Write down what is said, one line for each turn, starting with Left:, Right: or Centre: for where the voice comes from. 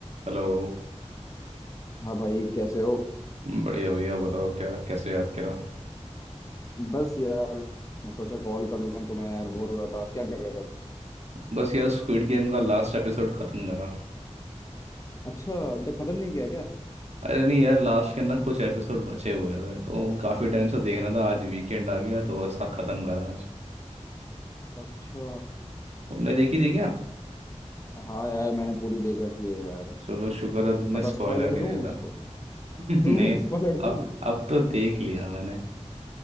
Right: Hello
Left: हाँ भाई कैसे हो
Right: बढ़िया भैया बताओ क्या कैसे याद करा
Left: बस यार मैं सोचा कॉल कर लूँ तुम्हें यार बोर हो रहा था क्या कर रहे थे
Right: बस यार स्क्विड गेम का लास्ट एपिसोड खत्म करा
Left: अच्छा अभी तक खत्म नहीं किया क्या
Right: अरे नहीं यार लास्ट के ना कुछ एपिसोड बचे हुए थे तो वो काफ़ी टाइम से देखना था आज वीकेंड आ गया तो बस हाँ, खत्म करा आज
Left: अच्छा
Right: तुमने देखी थी क्या
Left: हाँ यार मैंने पूरी देख रखी है यार
Right: चलो शुक्र है तुमने
Left: बताओ
Right: स्पॉइलर
Left: स्पॉइलर
Right: नहीं
Left: दूँ
Right: देता
Left: स्पो...
Right: <laughs>
Left: दूँ
Right: नहीं
Left: स्पॉइलर दूँ
Right: अब अब तो देख लिया मैंने